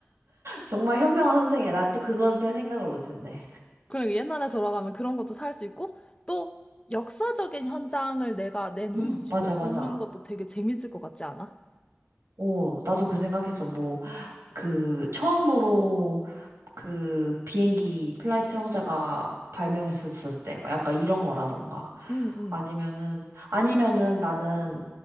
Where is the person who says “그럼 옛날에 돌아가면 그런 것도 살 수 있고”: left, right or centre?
Left